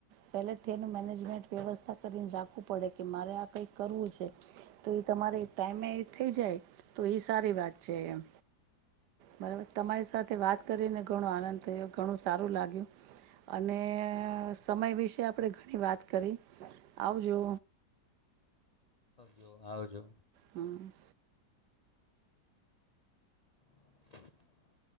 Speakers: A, on the right (about 75°); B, on the left (about 70°).
A: પહેલેથી એનું મેનેજમેન્ટ વ્યવસ્થા કરીને રાખવું પડે કે મારે આ કંઈક કરવું છે તો એ તમારે ટાઈમે થઈ જાય. તો એ સારી વાત છે, એમ બરાબર તમારી સાથે વાત કરીને ઘણો આનંદ થયો ઘણું સારું લાગ્યું, અને સમય વિશે આપણે ઘણી વાત કરી આવજો.
B: જો આવજો.
A: હમ.
B: <inaudible>